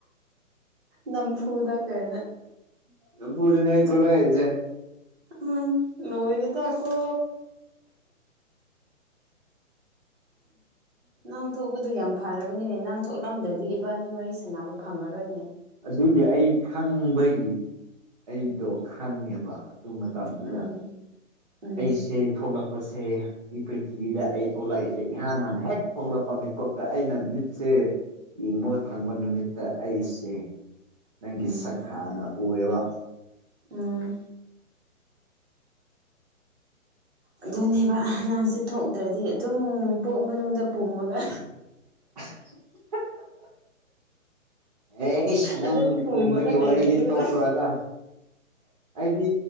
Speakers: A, on the right; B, on the right.
A: ꯅꯝꯐꯨꯗ ꯀꯩꯅ
B: ꯄꯨꯔꯤꯅ ꯇꯣꯂ ꯍꯥꯏꯁꯦ
A: ꯎꯝ ꯅꯣꯏꯔꯤꯗꯀꯣ ꯅꯪ ꯊꯣꯛꯄꯗꯨ ꯌꯥꯝ ꯐꯔꯕꯅꯤꯅꯦ ꯅꯪ ꯊꯣꯛꯂꯝꯗ꯭ꯔꯗꯤ ꯏꯕꯥꯅꯤ ꯋꯥꯔꯤ ꯁꯥꯟꯅꯕ ꯐꯪꯉꯔꯣꯏꯅꯦ
B: ꯑꯗꯨꯗꯤ ꯑꯩ ꯈꯪꯕꯒꯤ ꯑꯩꯗꯣ ꯈꯪꯉꯦꯕ ꯑꯗꯨ ꯃꯇꯝꯗꯨꯗ
A: ꯎꯝ ꯎꯝ
B: ꯑꯩꯁꯦ ꯊꯣꯛꯂꯛꯄꯁꯦ ꯁꯤ ꯄ꯭ꯔꯤꯊꯤꯕꯤꯗ ꯑꯩ ꯊꯣꯛꯂꯛꯏꯁꯦ ꯏꯍꯥꯟ ꯍꯥꯟꯅ ꯍꯦꯛ ꯊꯣꯛꯂꯛꯄ ꯃꯤꯠꯀꯨꯞꯇ ꯑꯩꯅ ꯃꯤꯠꯁꯦ ꯌꯦꯡꯕ ꯊꯪꯕ ꯅꯨꯃꯤꯠꯇ ꯑꯩꯁꯦ ꯅꯪꯒꯤ
A: ꯎꯝ
B: ꯁꯛ ꯍꯥꯟꯅ ꯎꯔꯦꯕ
A: ꯎꯝ ꯑꯗꯨꯅꯦꯕ ꯅꯪꯁꯦ ꯊꯣꯛꯇ꯭ꯔꯗꯤ ꯑꯗꯨꯝ ꯄꯣꯛ ꯃꯅꯨꯡꯗ ꯄꯨꯝꯃꯒ
B: <inaudible> ꯑꯦꯁ ꯅꯪ
A: ꯑꯗꯨ ꯑꯗꯨ ꯀꯨꯝꯕꯒ
B: ꯄꯨꯝꯕꯒꯤ
A: ꯂꯩꯔꯗꯤ
B: ꯋꯥꯔꯤꯗꯤ
A: ꯃꯅ
B: ꯇꯣꯛꯈ꯭ꯔꯣꯗ ꯑꯩꯗꯤ